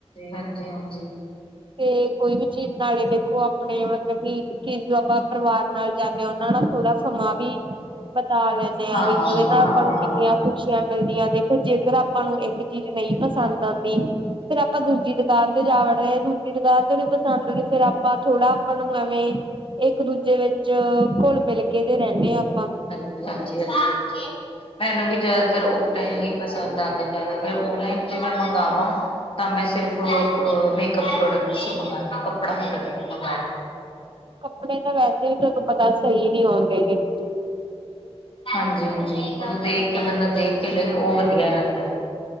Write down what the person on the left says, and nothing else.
ਹਾਂਜੀ ਹਾਂਜੀ।
ਹਾਂ
ਹਾਂ
ਹਾਂ
ਹਾਂਜੀ ਹਾਂਜੀ ਹਾਂਜੀ। ਮੈਨੂੰ ਵੀ ਜ਼ਿਆਦਾਤਰ ਓਫਨ ਹੀ ਪਸੰਦ ਆਉਂਦੇਿ ਜਿਆਦਾਤਰ ਫਰ ਓਨਲਾਈਨ ਜੇ ਮੈਂ ਮੰਗਵਾਵਾਂ ਤਾਂ ਮੈਂ ਸਿਰਫ਼ ਮੇਕਅਪ ਪ੍ਰੋਡਕਟ ਚ ਮੰਗਵਾਉਾਨ ਕੱੜਾ ਮੈਂ ਕਦੇ ਨੀ ਮੰਉ
ਹਾਂਜੀ ਹਾਂਜੀ ਉਹ ਦੇਖ ਕੇ ਬੰਦਾ ਦੇਖ ਕੇ ਲਏ ਉਹ ਵਧੀਆ ਰਹਿੰਦਾ।